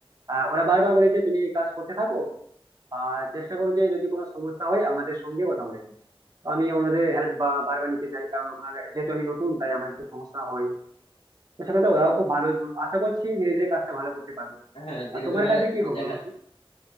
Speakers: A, on the right; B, on the left.
A: আহ, ওরা বারবার বলেছে তুমি এই কাজ করতে থাকো আর চেষ্টা করো যে যদি কোনো সমস্যা হয় আমাদের সঙ্গে কথা বলে নিতে তো আমি ওনাদের হেল্প বারবার নিতে যাই কারণ আমার যেহেতু আমি নতুন তাই আমার একটু সমস্যা হয় তো সেক্ষেত্রে ওরাও খুব ভালো আশা করছি ধীরে ধীরে কাজটা ভালো করতে পারবে
B: হ্যাঁ ধীরে
A: আর তোমার
B: ধীরে
A: কাছে কি খবর
B: দেখা
A: বন্ধু